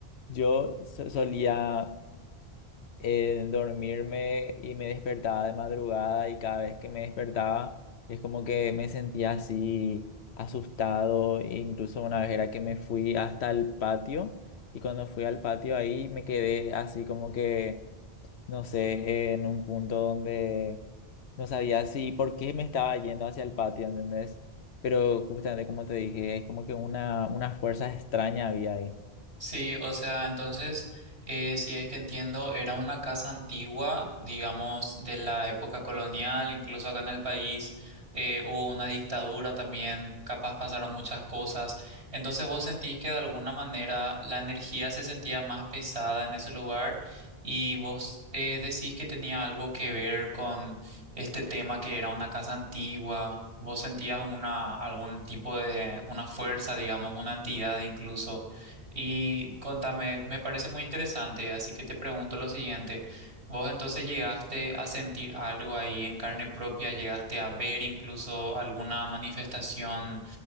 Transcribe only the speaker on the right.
Sí, o sea, entonces, eh, si es que entiendo, era una casa antigua, digamos, de la época colonial, incluso acá en el país eh, hubo una dictadura también, capaz pasaron muchas cosas. Entonces, ¿vos sentís que de alguna manera la energía se sentía más pesada en ese lugar y vos eh, decís que tenía algo que ver con este tema que era una casa antigua? ¿Vos sentías una, algún tipo de, una fuerza, digamos, una entidad incluso? Y contame, me parece muy interesante, así que te pregunto lo siguiente. ¿Vos entonces llegaste a sentir algo ahí en carne propia? ¿Llegaste a ver incluso alguna manifestación,